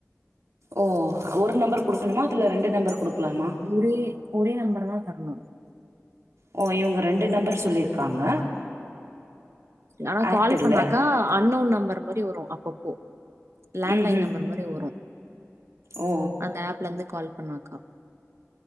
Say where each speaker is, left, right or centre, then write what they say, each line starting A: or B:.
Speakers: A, on the right (about 75°); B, on the right (about 60°).
A: ஓ ஒரு நம்பர் குடுக்கணுமா அதுல ரெண்டு நம்பர் குடுக்லாமா
B: ஒரே ஒரே நம்பர் தா தரணு
A: ஓ இவுங்க ரெண்டு நம்பர் சொல்லியிருக்காங்க
B: ஆனா
A: ஏர்டெல்ல.
B: கால் பண்ணாக்கா அன்னோன் நம்பர் மாரி வரு அப்பப்போ லேண்ட்லைன்
A: ம்ஹ்ம்
B: நம்பர் மாரி வரு
A: ஓ
B: அந்த ஆப்ல இருந்து கால் பண்ணாக்கா